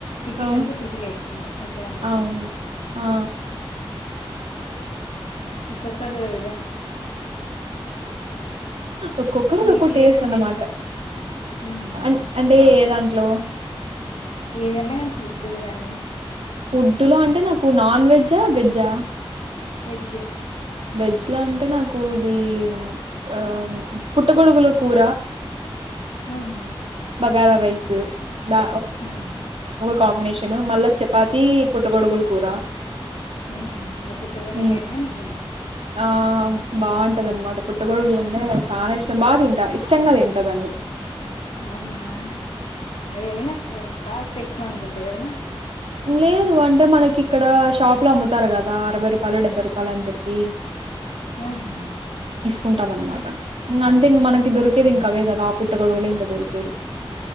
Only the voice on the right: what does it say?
ఆ
అవును ఆ
ఒక్కొక్కరు
ఒక్కో టేస్ట్
అన్నమాట
అ అంటే ఏ దాంట్లో
ఫుడ్లో అంటే నాకు నాన్ వెజా వెజ్జా
వెజ్లా అంటే నాకు ఇది ఆ పుట్ట గొడుగులు కూర
బాగరా రైస్ దా
కాంబినేషన్ మళ్ళా చపాతి పుట్ట గొడుగులు కూర
ఉమ్
ఆ బాగుంటది అన్నమాట పుట్ట గోడుగులు అంటే చాలా ఇష్టం బాగా తింటా ఇష్టంగా తింటదాన్ని
లేదు అంటే మనకి ఇక్కడ షాప్ లో అమ్ముతారు కదా అరవై రూపాయలు డెబ్బై రూపాయలు అని చెప్పి
కుంటాం అనమాట ఇంక అంతే ఇంక మనకి దొరికేది
ఇంకావే కదా ఆ పుట్ట గొడువలే ఇంకా దొరికేది